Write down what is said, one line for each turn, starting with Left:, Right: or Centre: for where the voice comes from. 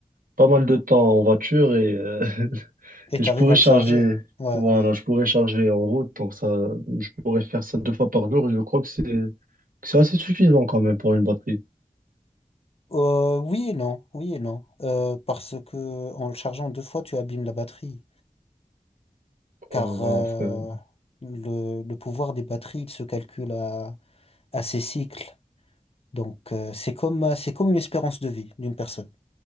Right: pas mal de temps en voiture et, euh, <laughs>
Left: Et
Right: et
Left: t'arrives
Right: je pourrais
Left: à le
Right: charger.
Left: charger. Ouais,
Right: Voilà,
Left: ouais.
Right: je pourrais charger en route. Donc ça, je pourrais faire ça deux fois par jour. et Je crois que c'est que c'est assez suffisant quand même pour une batterie.
Left: Euh, oui et non, oui et non. Euh, parce que en le chargeant deux fois, tu abîmes la batterie. Car
Right: Ouais, ouais,
Left: euh,
Right: enfin,
Left: le, le pouvoir des batteries, il se calcule à, à ses cycles. Donc euh, c'est comme, euh, c'est comme une espérance de vie d'une personne.